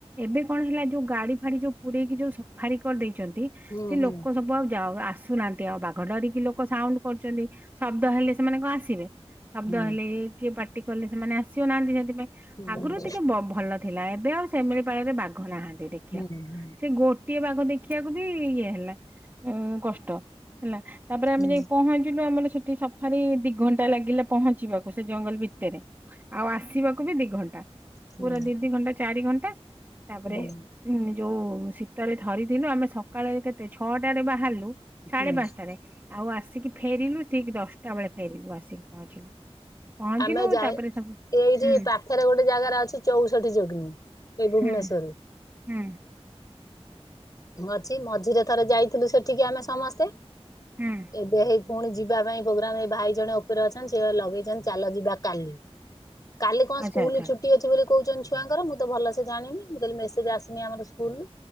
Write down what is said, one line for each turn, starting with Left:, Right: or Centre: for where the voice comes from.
Right: ଏବେ କଣ ହେଲା ଯୋଉ ଗାଡି ଫାଡି ଯୋଉ ପୁରରେଇକି ଯୋଉ ସଫାରି କରିଦେଇଚନ୍ତି
Left: ହୁଁ
Right: ସେ
Left: ହୁଁ
Right: ଲୋକ ସବୁ ଆଉ ଯାଉ ଆସୁନାହାନ୍ତି ଆଉ ବାଘ ଡରିକି ଲୋକ ସାଉଣ୍ଡ କରୁଚନ୍ତି ଶବ୍ଦ ହେଲେ ସେମାନଙ୍କ ଆସିବେ। ଶବ୍ଦ
Left: ହୁଁ
Right: ହେଲେ କିଏ ପାର୍ଟି କଲେ ସେମାନେ ଆସିବ ନାହାନ୍ତି ସେଥିପାଇଁ।
Left: ହୁଁ।
Right: ଆଗରୁ ଟିକେ ଭଲ ଥିଲା ଏବେ ଆଉ ଶମିଳି ପାଳରେ ବାଘ ନାହାନ୍ତି ଦେଖିବାକୁ।
Left: ହୁଁ ହୁଁ
Right: ସେ ଗୋଟିଏ ବାଘ ଦେଖିବାକୁ ବି ଇଏ ହେଲା। ଉଁ କଷ୍ଟ ହେଲା ତାପରେ
Left: ହଁ
Right: ଆମେ ଯାଇ ପହଞ୍ଚିଲୁ ଆମର ସେଠି ସ ଖାଲି ଦି ଘଣ୍ଟା ଲାଗିଲା ପହଞ୍ଚିବାକୁ ସେ ଜଙ୍ଗଲ ଭିତରେ ଆଉ ଆସିବାକୁ ବି ଦିଘଣ୍ଟା।
Left: ହଁ
Right: ପୁରା ଦି ଦି ଘଣ୍ଟା ଚାରି ଘଣ୍ଟା ତାପରେ
Left: ହଁ
Right: ଉଁ ଯୋଉ ଶୀତରେ ଥରିଥିଲୁ ଆମେ ସକାଳେ କେତେ ଛଅଟରେ ବାହାରିଲୁ ସାଢେ
Left: ହଁ
Right: ପାଞ୍ଚଟାରେ ଆଉ ଆସିକି ଫେରିଲୁ ଠିକ ଦଶଟା ବେଳେ ଫେରିଲୁ ଆସିକି ପହଞ୍ଚିଲୁ। ପହଞ୍ଚିଲୁ
Left: ଆମେ ଯାଇ
Right: ତାପରେ ସବୁ
Left: ଏଇଠି
Right: ହୁଁ
Left: ପାଖରେ ଗୋଟେ ଜାଗାର ଅଛି ଚଉଷଠି ଯଗ୍ନି ଏଇ ଭୁବନେଶ୍ୱରରେ।
Right: ହୁଁ ହୁଁ।
Left: ଅଛି ମଝିରେ ଥରେ ଯାଇଥିଲୁ ସେଠିକି ଆମେ ସମସ୍ତେ।
Right: ହୁଁ
Left: ଏବେ ହେଇ ପୁଣି ଯିବା ପାଇଁ ପ୍ରୋଗ୍ରାମ ଏଇ ଭାଇ ଜଣ ଉପରେ ଅଛନ୍ତି ଲଗେଇଚନ୍ତି ଚାଲ ଯିବା କାଲି। କାଲି କଣ
Right: ଆଚ୍ଛା
Left: ସ୍କୁଲୁ
Right: ଆଚ୍ଛା
Left: ଛୁଟି ଅଛି ବୋଲି କହୁଚନ୍ତି ଛୁ ଛୁଆଙ୍କର ମୁ ତ ଭଲସେ ଜାଣିନି ମୁଁ କହଲି ମେସେଜ ଆସିନି ଆମର ସ୍କୁଲରୁ।